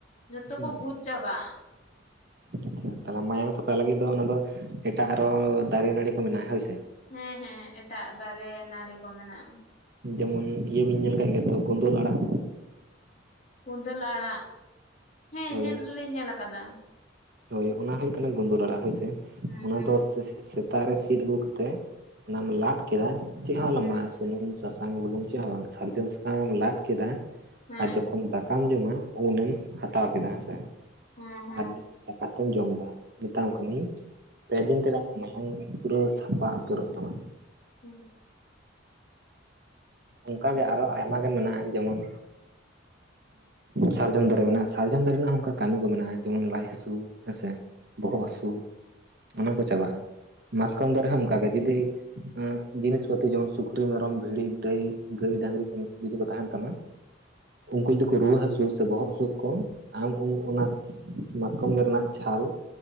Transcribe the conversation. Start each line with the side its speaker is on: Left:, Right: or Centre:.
Left: ᱡᱚᱛᱚ
Right: ᱦᱩᱸ
Left: ᱠᱚ ᱜᱩᱡ ᱪᱟᱵᱟᱜᱼᱟ
Right: ᱟᱪᱪᱷᱟ ᱛᱟᱦᱚᱞᱮ ᱢᱟᱭᱟᱝ ᱥᱟᱯᱷᱟ ᱞᱟᱹᱜᱤᱫ ᱫᱚ ᱚᱱᱟ ᱫᱚ ᱮᱴᱟᱜ ᱟᱨᱚ ᱫᱟᱨᱮ ᱱᱟᱹᱲᱤ ᱠᱚ ᱢᱮᱱᱟᱜᱼᱟ ᱦᱳᱭᱥᱮ
Left: ᱦᱮᱸ ᱦᱮᱸ ᱮᱴᱟᱜ ᱫᱟᱨᱮ ᱱᱟᱹᱲᱤ ᱠᱚ ᱢᱮᱱᱟᱜᱼᱟ
Right: ᱡᱮᱢᱚᱱ ᱤᱭᱟᱹ ᱵᱤᱱ ᱧᱮᱞ ᱟᱠᱟᱫ ᱜᱮᱭᱟ ᱛᱚ ᱜᱳᱫᱚᱞ ᱟᱲᱟᱜ
Left: ᱠᱩᱸᱫᱟᱹᱞ ᱟᱲᱟᱜ ᱦᱮᱸ
Right: ᱦᱳᱭ
Left: ᱧᱮᱞ ᱫᱚᱞᱤᱧ ᱧᱮᱞ ᱟᱠᱟᱫᱟ
Right: ᱦᱳᱭ ᱚᱱᱟ ᱦᱳᱭᱳᱜ ᱠᱟᱱᱟ ᱜᱳᱫᱳᱞ ᱟᱲᱟᱜ ᱦᱳᱭᱥᱮ
Left: ᱦᱩᱸ
Right: ᱚᱱᱟ
Left: ᱦᱩᱸ
Right: ᱫᱚ ᱥᱮᱛᱟᱜ ᱨᱮ ᱥᱤᱫ ᱟᱹᱜᱩ ᱠᱟᱛᱮᱜ ᱚᱱᱟᱢ
Left: ᱦᱩᱸ
Right: ᱞᱟᱫ ᱠᱮᱫᱟ ᱪᱮᱫ ᱦᱚᱸ ᱟᱞᱚᱢ
Left: ᱦᱩᱸ
Right: ᱮᱢᱟᱜᱼᱟ ᱥᱩᱱᱩᱢ ᱥᱟᱥᱟᱝ ᱵᱩᱞᱩᱝ ᱪᱮᱫ ᱦᱚᱸ ᱵᱟᱝ ᱥᱟᱨᱡᱚᱢ ᱥᱟᱠᱟᱢ ᱮᱢ ᱞᱟᱫ ᱠᱮᱫᱟ
Left: ᱦᱮᱸ ᱦᱮᱸ
Right: ᱟᱨ ᱡᱚᱠᱷᱚᱱ ᱫᱟᱠᱟᱢ ᱡᱚᱢᱟ ᱩᱱᱮᱢ ᱦᱟᱛᱟᱣ ᱠᱮᱫᱟ ᱦᱮᱸ ᱥᱮ
Left: ᱦᱮᱸ ᱦᱮᱸ
Right: ᱟᱨ ᱫᱟᱠᱟᱛᱢ ᱡᱚᱢ ᱮᱫᱟ ᱢᱮᱛᱟᱢ ᱠᱟᱱᱟᱹᱧ ᱯᱮᱫᱤᱱ ᱛᱮᱜᱮ ᱟᱢᱟᱜ ᱢᱟᱭᱟᱝ ᱯᱩᱨᱟᱹ ᱥᱟᱯᱟ ᱩᱛᱟᱹᱨᱚᱜ ᱛᱟᱢᱟ
Left: ᱦᱮᱸ
Right: ᱚᱱᱠᱟᱜᱮ ᱟᱨᱚ ᱟᱭᱢᱟᱜᱟᱱ ᱢᱮᱱᱟᱜᱼᱟ ᱡᱮᱢᱚᱱ ᱥᱟᱨᱡᱚᱢ ᱫᱟᱨᱮ ᱢᱮᱱᱟᱜᱼᱟ ᱥᱟᱨᱡᱚᱢ ᱫᱟᱨᱮ ᱨᱮᱱᱟᱜ ᱦᱚᱸ ᱚᱱᱠᱟ ᱠᱟᱹᱢᱤ ᱠᱚ ᱢᱮᱱᱟᱜᱼᱟ ᱡᱮᱢᱚᱱ ᱞᱟᱡ ᱦᱟᱹᱥᱩ ᱦᱮᱸᱥᱮ ᱵᱚᱦᱚᱜ ᱦᱟᱹᱥᱩ ᱚᱱᱟ ᱠᱚ ᱪᱟᱵᱟᱜᱼᱟ ᱢᱟᱛᱠᱚᱢ ᱫᱟᱨᱮ ᱦᱚᱸ ᱚᱱᱠᱟ ᱜᱮ ᱡᱩᱫᱤ ᱡᱤᱥᱯᱟᱹᱛᱤ ᱡᱮᱢᱚᱱ ᱥᱩᱠᱨᱤ ᱢᱮᱨᱚᱢ ᱵᱷᱤᱲᱤ ᱰᱟᱹᱭ ᱜᱟᱹᱭ ᱰᱟᱝᱨᱤ ᱠᱚ ᱡᱩᱫᱤ ᱠᱚ ᱛᱟᱦᱮᱱ ᱛᱟᱢᱟ ᱩᱱᱠᱩ ᱡᱩᱫᱤ ᱠᱚ ᱨᱩᱣᱟᱹ ᱦᱟᱹᱥᱩ ᱥᱮ ᱵᱚᱦᱚᱜ ᱦᱟᱹᱥᱩᱜ ᱠᱚ ᱟᱢ ᱩᱱ ᱚᱱᱟ ᱢᱟᱛᱠᱚᱢ ᱨᱮᱱᱟᱜ ᱪᱷᱟᱞ